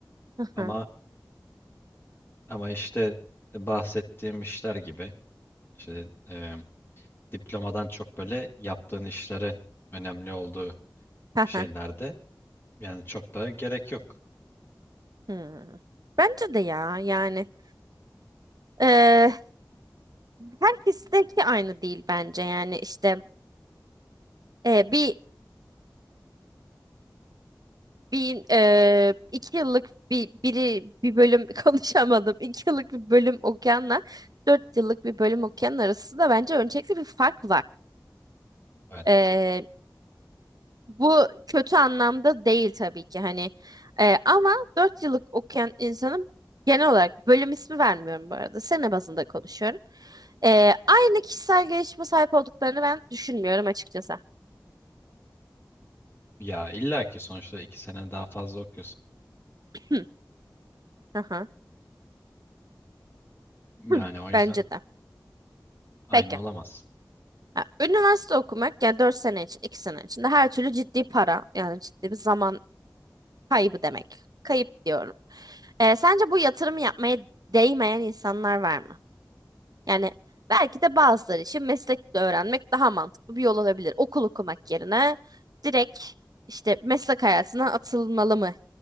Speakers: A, on the right (about 60°); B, on the left (about 30°).
A: aha,
B: Ama ama işte bahsettiğim işler gibi işte e, diplomadan çok böyle yaptığın işlerin önemli olduğu
A: <laughs> aha.
B: şeylerde yani çok daha gerek yok.
A: Hmm. Bence de ya yani eee herkesteki aynı değil bence yani işte eee, bir bir eee, iki yıllık bir biri bir bölüm <laughs> konuşamadım iki yıllık bir bölüm okuyanla dört yıllık bir bölüm okuyan arasında bence öncelikle bir fark
B: Evet.
A: var. Bu kötü anlamda değil tabii ki hani Ee, ama 4 yıllık okuyan insanın genel olarak bölüm ismi vermiyorum bu arada sene bazında konuşuyorum. Ee, aynı kişisel gelişime sahip olduklarını ben düşünmüyorum açıkçası.
B: Ya illa ki sonuçta iki sene daha fazla okuyorsun.
A: Hı, aha,
B: Yani
A: hı,
B: o yüzden
A: bence de.
B: aynı
A: Peki.
B: olamaz.
A: Ha, üniversite okumak yani 4 sene için 2 sene içinde her türlü ciddi para yani ciddi bir zaman kaybı demek. Kayıp diyorum. Ee, sence bu yatırımı yapmaya değmeyen insanlar var mı? Yani belki de bazıları için meslekle öğrenmek daha mantıklı bir yol olabilir. Okul okumak yerine direkt işte meslek hayatına atılmalı mı?